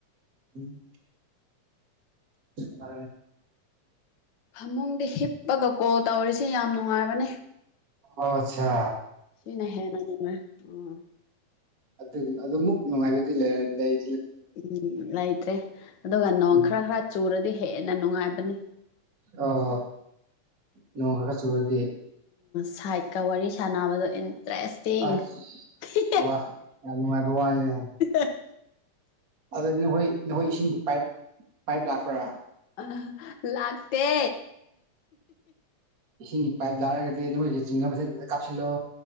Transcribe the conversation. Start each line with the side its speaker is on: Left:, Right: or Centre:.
Right: ꯎꯝ ꯃ
Left: ꯐꯃꯨꯡꯗ ꯍꯤꯞꯄꯒ ꯀꯣꯜ ꯇꯧꯔꯤꯁꯤ ꯌꯥꯝ ꯅꯨꯡꯉꯥꯏꯕꯅꯦ
Right: ꯑꯣ ꯑꯆꯥ
Left: ꯁꯤꯅ ꯍꯦꯅ ꯅꯃ ꯑ
Right: ꯑꯗꯨ ꯑꯗꯨ ꯑꯃꯨꯛ ꯅꯨꯡꯉꯥꯏꯕꯗꯤ ꯂꯩꯔ ꯂꯩ
Left: ꯎꯝ ꯂꯩꯇ꯭ꯔꯦ ꯑꯗꯨꯒ ꯅꯣꯡ
Right: ꯎꯝ
Left: ꯈꯔ ꯈꯔ ꯆꯨꯔꯗꯤ ꯍꯦꯟꯅ ꯅꯨꯡꯉꯥꯏꯕꯅꯤ
Right: ꯑꯣ ꯅꯣꯡ ꯈꯔ ꯈꯔ ꯆꯨꯔꯗꯤ
Left: ꯁꯥꯏꯠꯀ ꯋꯥꯔꯤ ꯁꯥꯟꯅꯕꯗꯣ ꯏꯟꯇꯔꯦꯁ
Right: ꯑꯁ
Left: ꯆꯤ
Right: ꯋꯥ ꯌꯥꯝ ꯅꯨꯡꯉꯥꯏꯕ ꯋꯥꯅꯤꯅꯦ
Left: ꯑ
Right: ꯑꯗꯨꯗꯤ ꯅꯈꯣꯏ ꯅꯈꯣꯏ ꯏꯁꯤꯡꯒꯤ ꯄꯥꯏꯞ ꯄꯥꯏꯞ ꯂꯥꯛꯄ꯭ꯔꯥ
Left: ꯑ ꯂꯥꯛꯇ
Right: ꯏꯁꯤꯡꯒꯤ ꯄꯥꯏꯞ ꯂꯥꯔꯒꯗꯤ ꯅꯣꯏꯒꯤ ꯆꯤꯡꯒ ꯃꯆꯗꯨꯗ ꯀꯥꯞꯁꯤꯜꯂꯣ